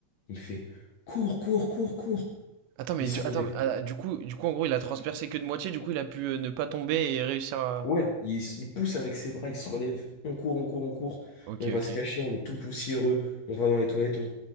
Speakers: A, on the left; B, on the right.
A: Il me fait cours, cours, cours, cours.
B: Attends, mais
A: Il se
B: du,
A: relève.
B: attends, mais, ah, du coup, du coup, en gros, il a transpercé que de moitié, du coup, il a pu euh, ne pas tomber et réussir à.
A: Ouais, il, s- il pousse avec ses bras, il se relève. On court, on court, on court.
B: Ok,
A: On va
B: ok.
A: se cacher, on est tout poussiéreux. On va dans les toilettes, on,